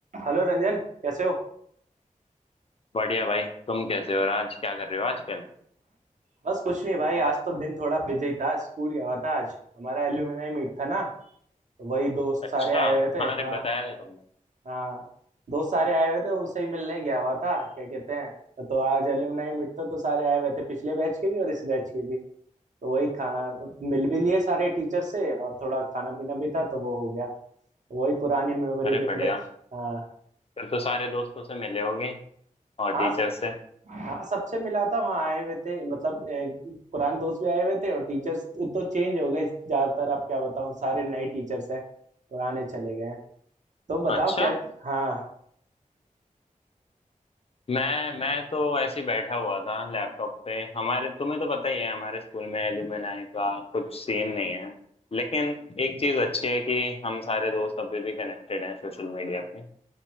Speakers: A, on the right; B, on the left.
A: Hello Ranjan कैसे हो
B: बढ़िया भाई तुम कैसे हो और आज क्या कर रहे हो आजकल
A: बस कुछ नहीं भाई आज तो दिन थोड़ा बिजी था स्कूल गया हुआ था आज हमारा एल्यूमिनाई मीट था ना तो वही दोस्त
B: अच्छा
A: सारे आए हुए थे
B: हाँ अरे
A: हाँ
B: बताया था तुमने
A: हाँ दोस्त सारे आए हुए थे उनसे ही मिलने गया हुआ था क्या कहते हैं तो तो आज एल्यूमिनाई मीट था तो सारे आए हुए थे पिछले बैच के भी और इस बैच के भी तो वही खा मिल भी लिए सारे टीचर से और थोड़ा खाना पीना भी था तो वो हो गया वही पुरानी मेमोरी
B: अरे
A: रिफ्रेश
B: बढ़िया
A: हाँ
B: फिर तो सारे दोस्तों से मिले होगे और
A: हाँ
B: टीचर से
A: हाँ सबसे मिला था वहाँ आए हुए थे मतलब ए, पुराने दोस्त भी आए हुए थे और टीचर्स तो चेंज हो गए ज्यादातर आप क्या बताऊँ सारे नए टीचर्स हैं पुराने चले गए हैं तुम बताओ
B: अच्छा
A: क्या हाँ
B: मैं मैं तो ऐसे ही बैठा हुआ था लैपटॉप पे हमारे तुम्हें तो पता ही है हमारे स्कूल में एल्यूमिनाई का कुछ सीन नहीं है लेकिन एक चीज अच्छी है कि हम सारे दोस्त अभी भी कनेक्टेड हैं सोशल मीडिया पे